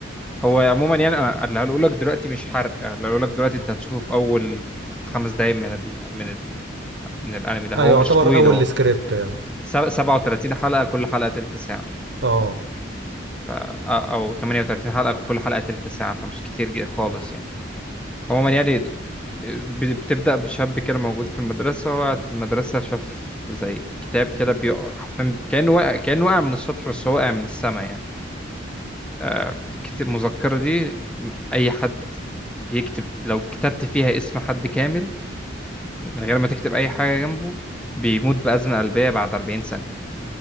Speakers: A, in the centre; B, on the right (about 65°).
A: هو عموما يعني أنا اللي هقوله لك دلوقتي مش حرق آه، اللي هقوله لك دلوقتي انت هتشوف اول خمس دقايق من ال... من ال... من الانمي ده
B: ايوه
A: هو مش
B: يعتبر
A: طويل
B: اول
A: هو
B: سكريبت يعني
A: سب- 37 حلقة كل حلقة تلت ساعة
B: اه
A: ف... آه، او 38 حلقة كل حلقة تلت ساعة فمش كتير جدا خالص يعني عموما يعني ال- ب- بتبدأ بشاب كده موجود في المدرسة وقعد في المدرسة شاف زي كتاب كده بيقع حرفيا كأنه وقع كأنه وقع من السطح بس هو وقع من السما يعني آه، الكت- المذكرة دي م- أي حد بيكتب لو كتبت فيها اسم حد كامل من غير ما تكتب أي حاجة جنبه بيموت بأزمة قلبية بعد 40 سنة